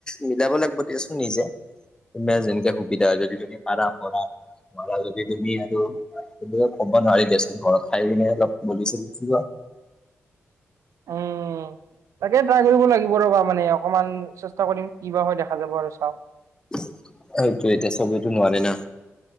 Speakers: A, on the left; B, on the right.
A: মিলাব লাগিব দেিয়চোন নিজে তোমাৰ যেনেকে সুবিধা হয় যদি তুমি প পৰা মৰা যদি তুমি আৰু ক'ব নোৱাৰি দেোচ ঘৰ খাই পনে অলপ বলিছাৰ কি
B: উম তাকে ট্ৰাই কৰিব লাগিব ৰ'বা মানে অকমান কৰিম ই বা হয় দেখা যাব আৰু চা
A: সেইটোৱে, এতিয়া চবতটো নোৱাৰে না।